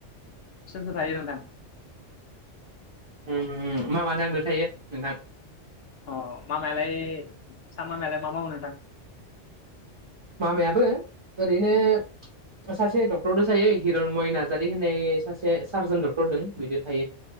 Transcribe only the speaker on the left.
सोर‌ सोर थायो नोंथां
अ मामायालाय नोंसा मामायालाय मा मावो नोंथां